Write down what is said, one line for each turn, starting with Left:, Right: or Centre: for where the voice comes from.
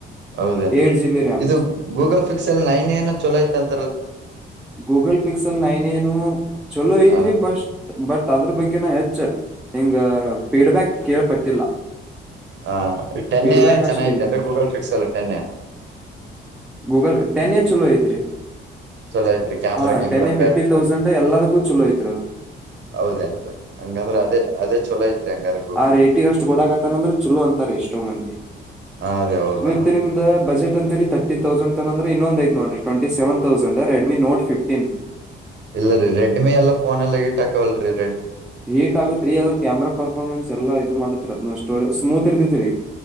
Right: ಹೌದೇ
Centre: ಏಟ್ ಜಿ ಬಿ ರ್ಯಾಮ್
Right: ಇದು ಗೂಗಲ್ ಫಿಕ್ಸ್ ಅಲ್ಲಿ ನೈನ್ ಏನು ಚಲೋ ತಂತ
Centre: ಗೂಗಲ್ ಪಿಕ್ಸೆಲ್ ನ ನೈನ್ ಏ ನು ಚಲೋ ಐತ್ರಿ
Right: ಹಾ
Centre: ಬ ಬಟ್ ಅದ್ರ ಬಗ್ಗೆನ ಹೆಚ್ಚ ಹಿಂಗ ಫೀಡ್ಬ್ಯಾಕ್ ಕೇಳ್ಪಟ್ಟಿಲ್ಲ
Right: ಹ ಟೆನ್ನೇ
Centre: ಫೀಡ್ಬ್ಯಾಕ್
Right: ಚೆನ್ನೈತೆ
Centre: ಅಷ್ಟ ಇಲ್ರಿ
Right: ಅನ್ರಿ ಗೂಗಲ್ ಫಿಕ್ಸ್ ಅಲ್ಲಿ ಟೆನ್ನೇ
Centre: ಗೂಗಲ್ ಟೆನ್ ಎಏರ್ ಚಲೋ ಐತ್ರಿ
Right: ಚಲೋ ಐತ್ರಿ ಕ್ಯಾಮ್ರಾ
Centre: ಹ
Right: ಗಿಮ್ರಾ
Centre: ಟೆನ್
Right: ಬ್ಯಾಟ್ರಿ
Centre: ಫಿಫ್ಟಿ ತೌಸಂಡ್ ಎಲ್ಲದಕ್ಕೂ ಚಲೋ ಐತ್ದು
Right: ಹೌದನ್ ಹಂಗಂದ್ರ ಅದೇ ಅದೇ ಚಛಲೋ ಐತ್ರಿ ಹಂಗಾರ್
Centre: ಆ ರೇಟಿಗ ಅಷ್ಟು ಗೋಡ ಆಗತ್ತನಂದ್ರೆ ಚಲೋ ಅಂತಾರೆ ಎಷ್ಟೋ ಮಂದಿ
Right: ಹಾ ರೀ ಹೌದಾ
Centre: ಮತ್ ನಿಮ್ದ ಬಜೆಟ್ ಅಂತರಿ ತರ್ಟಿ ತೌಸಂಡ್ ತ ಇನ್ನೊಂದ ಐ ನೋಡರಿ twenty seven thousand Redmi Note fifteen
Right: ಇಲ್ಲ ರೀ ರೆಡ್ಮಿ ಎಲ್ಲ ಫೋನ್ ಎಲ್ಲ ಇಟ್ಟಾಕವಲ್ರರಿ
Centre: ಹೀಟ್ ಆಗತ್ರಿ ಅದ್ರ ಕ್ಯಾಮ್ರಾ ಪರ್ಫಾರ್ಮೆನ್ಸ್ ಎಲ್ಲಾ ಇದು ಮಾಡತ್ರಿ ಅದ್ನಷ್ಟೋ ಸ್ಮೂತ್ ಇರ್ತಿೈತ್ರಿೀ